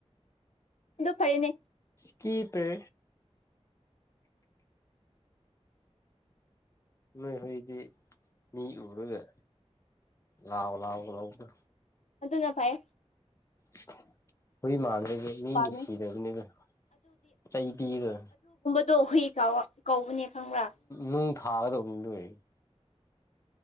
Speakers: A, on the left; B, on the left.
A: ꯑꯗꯨ ꯐꯔꯦꯅꯦ
B: ꯀꯤꯄꯔ ꯅꯣꯏ ꯍꯣꯏꯗꯤ ꯃꯤ ꯎꯔꯒ ꯂꯥꯎ ꯂꯥꯎ ꯂꯥꯎꯕꯗꯨ
A: ꯑꯗꯨꯅ ꯐꯩꯌꯦ
B: <inaudible> ꯍꯨꯏ ꯃꯥꯟꯅꯩꯗ ꯃꯤ
A: ꯄꯥꯝꯃꯦ
B: ꯅꯨꯡꯁꯤꯗꯕꯅꯤꯗ ꯆꯩ ꯄꯤꯒꯔꯦ
A: ꯗꯣ ꯍꯨꯏ ꯀꯥꯋꯥ ꯀꯧꯕꯅꯦ ꯈꯪꯕ꯭ꯔꯥ
B: ꯅꯨꯡ ꯊꯥꯒꯗꯕꯅꯤ ꯑꯗꯨ ꯑꯣꯏꯔꯗꯤ